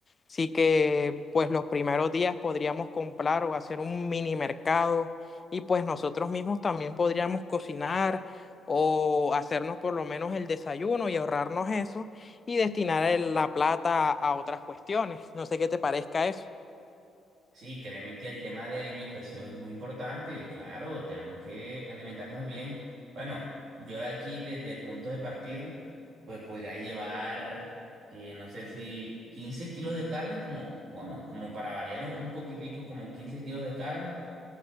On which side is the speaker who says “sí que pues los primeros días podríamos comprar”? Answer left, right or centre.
Left